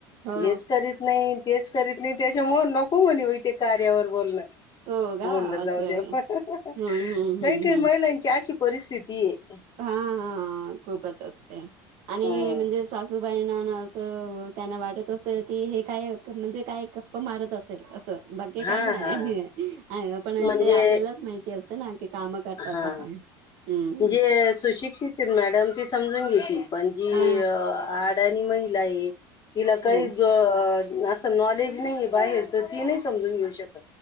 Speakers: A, on the right (about 60°); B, on the left (about 40°).
A: हो
B: हेच करीत नाही. तेच करीत नाही. त्याच्यामूळ नको म्हणेवा, इते कार्यावर बोलणं.
A: हो का
B: म्हणलं, जाऊ
A: असं आहे
B: दे. काही-काही
A: हम्म हम्म हम्म
B: महिलांची आशी परिस्थिती येय.
A: हा-हा खूपच असते. आणि
B: हम्म
A: म्हणजे सासूबाईंना असं त्यांना वाटत असेल की, हे काय, म्हणजे काय गप्पा मारत असेल. असं. बाकी
B: हा
A: काही नाही.
B: हा
A: पण
B: म्हणजे
A: ते आपल्यालाच माहिती असते ना, की कामं करतात
B: हा
A: आपण. हम्म
B: जे सुशिक्षित मॅडम ती समजून घेती. पण जी
A: हा
B: आज त्यांनी महिला आहे. तिला काहीच
A: हो.
B: जोर असं नॉलेज नाही आहे. बाहेरच, ती नाही समजून घेऊ शकत.